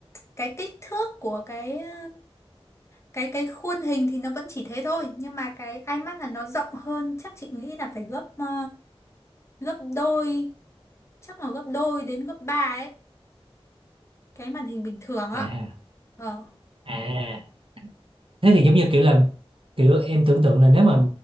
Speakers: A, on the left (about 25°); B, on the right (about 60°).
A: cái kích thước của cái ờ, cái cái khuôn hình thì nó vẫn chỉ thế thôi nhưng mà cái iMac là nó rộng hơn chắc chị nghĩ là phải gấp ờ, gấp đôi chắc là gấp đôi đến gấp ba ấy cái màn hình bình thường ạ
B: à
A: ờ
B: à à. thế thì giống như kiểu là kiểu em tưởng tượng là nếu mà